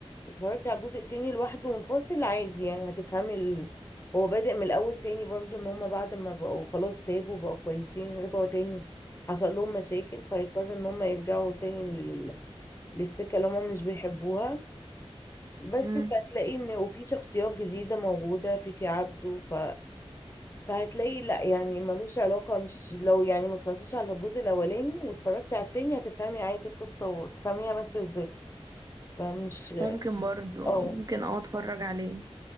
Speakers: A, on the left; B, on the right.
A: اتفرجتي على الجزء التاني لوحده منفصل عايز يعني هتفهمي ال... هو بادئ من الاول تاني برضو ان هما بعد ما بقوا خلاص تابوا بقوا كويسين رجعوا تاني حصل لهم مشاكل فيضطروا ان هما يرجعوا تاني لل... للسكة اللي هما مش بيحبوها بس
B: امم
A: فتلاقي ان وفي شخصيات جديدة موجودة في في عبده ف... فهتلاقي لا يعني ملوش علاقة مش لو يعني ما اتفرجتيش على الجزء الاولاني واتفرجتي على التاني هتفهمي عادي القصة وتفهميها ماشية ازاي فمش
B: ممكن برضو
A: اه
B: ممكن اه اتفرج عليه